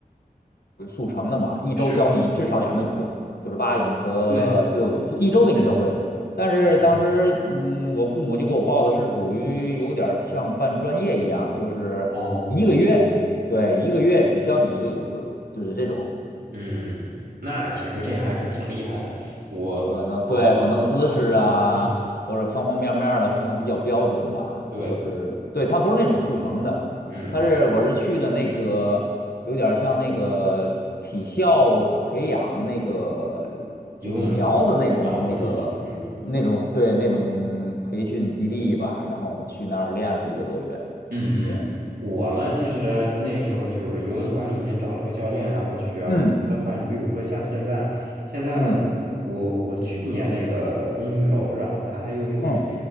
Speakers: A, on the left; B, on the right.
A: 速成的嘛，一周教你至少两个泳姿，
B: 是，
A: 就是蛙泳和自由泳，
B: 对
A: 就一周给你教会。
B: 对的，
A: 但是当时，
B: 嗯
A: 嗯，我父母就给我报的是属于有点儿像办专业一样，就是一个月，
B: 哦，
A: 对，一个月只教你一个泳姿，就是这种。
B: 嗯，那其实这还是挺厉害的。我我后来的话，
A: 可能对，可能姿势啊，
B: 嗯，
A: 或者方方面面儿的，可能比较标准吧。
B: 对，
A: 它就是，对，它不是那种速成的，
B: 嗯，
A: 它是我是去的那个，有点儿像那个体校培养那个，
B: 游泳苗子那种，
A: 就是苗子那种那个那种对那种培训基地吧，
B: 嗯。
A: 然后去那儿练了一个多月。
B: 嗯嗯，
A: 对，
B: 我嘛，其实那时候就是游泳馆里面找了个教练，
A: 就是
B: 然后学。
A: 嗯
B: 后来的话，你比如说像现在，现在呢，
A: 嗯
B: 嗯我我去年那个公寓楼，然后它还有泳池，
A: 嗯，